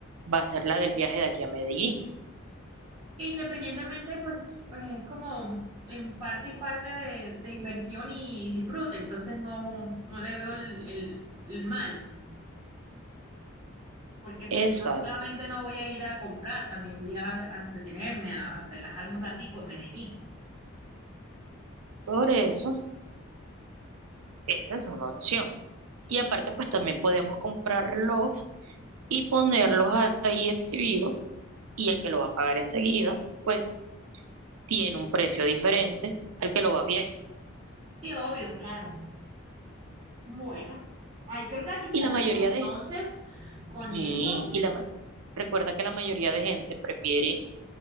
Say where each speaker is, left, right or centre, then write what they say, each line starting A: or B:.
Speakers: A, on the right; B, on the right.
A: va a ser la del viaje de aquí a Medellín.
B: Que independientemente, pues, pues, es como en parte y parte de, de inversión y disfrute, entonces no, no le veo el, el- el mal, porque pues
A: Exacto.
B: yo solamente no voy a ir a comprar, también voy a, a entretenerme, a relajarme un ratico en Medellín.
A: Por eso, esa es una opción.
B: Sí,
A: Y aparte,
B: me gusta.
A: pues también podemos comprarlos y ponerlos ahí exhibidos y el que lo va a pagar enseguida, pues tiene un precio diferente al que lo va a fiar.
B: Sí, obvio, claro. Bueno, hay que organizarnos
A: Y la mayoría
B: entonces
A: de Sí,
B: con eso,
A: y la, ma- recuerda que la mayoría de gente prefiere